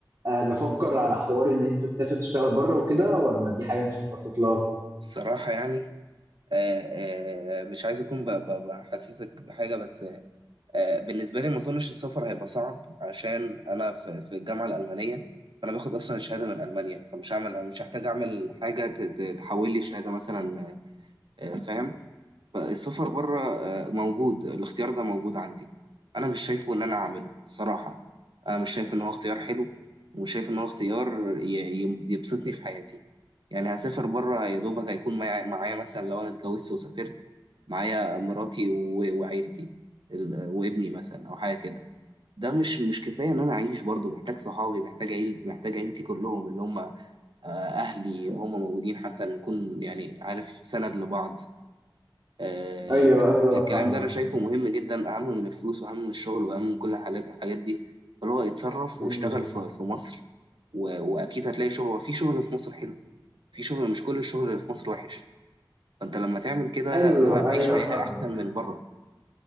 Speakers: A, on the right; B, on the right.
A: آه، مفكر على حوار ان انت تسافر تشتغل بره وكده ولا دي حاجه مش مخطط لها؟
B: الصراحة يعني آه آه مش عايز اكون ب- ب- بحسسك بحاجة بس آه، بالنسبة لي ما أظنش السفر هيبقى صعب عشان أنا في في الجامعة الألمانية فأنا باخد أصلا الشهادة من ألمانيا فمش هعمل مش هحتاج أعمل حاجة ت- ت- تحول لي شهادة مثلا آه، فاهم فالسفر بره آه، موجود الاختيار ده موجود عندي انا مش شايفه ان انا اعمله صراحة انا مش شايف ان هو اختيار حلو ومش شايف ان هو اختيار ي- ي- يبسطني في حياتي يعني هسافر بره يا دوبك هيكون معايا معايا مثلا لو انا اتجوزت وسافرت معايا مراتي و- وعيلتي ال- وابني مثلا او حاجة كده ده مش مش كفاية ان انا اعيش برضه محتاج صحابي محتاج عيل محتاج عيلتي كلهم اللي هم آه، اهلي هم موجودين حتى نكون يعني عارف سند لبعض آه،
A: ايوه
B: فالكلام
A: ايوه فاهمك
B: ده انا شايفه مهم جدا اهم من الفلوس واهم من الشغل واهم من كل الحاجات الحاجات دي فهو يتصرف
A: امم
B: واشتغل في في مصر و- واكيد هتلاقي شغل في شغل في مصر حلو في شغل مش كل الشغل اللي في مصر وحش فانت لما تعمل كده
A: حلو
B: هتعيش
A: ايوه
B: حياة
A: فاهمك
B: احسن من بره